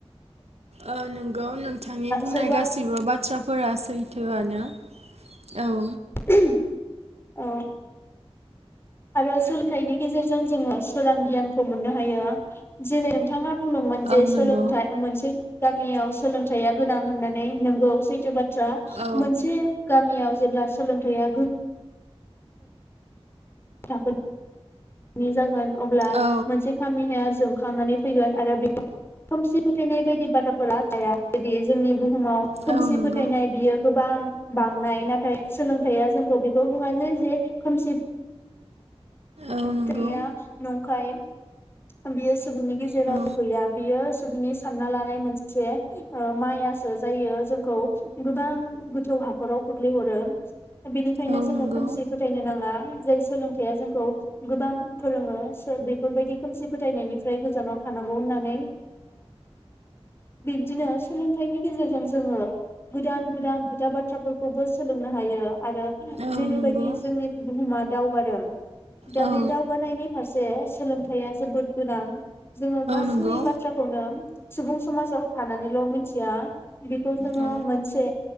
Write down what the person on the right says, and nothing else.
ओ नोंग नंगौ नोंथांनि बुंनाय
गाससिबो बाथ्राफोरा सै। फ थौआनो औ
औ
नंगौ
औ
औ
औ नंगौ
औ नंगौ
औ
औ
नंगौ
औ
नंगौ
औ
नंगौ
औ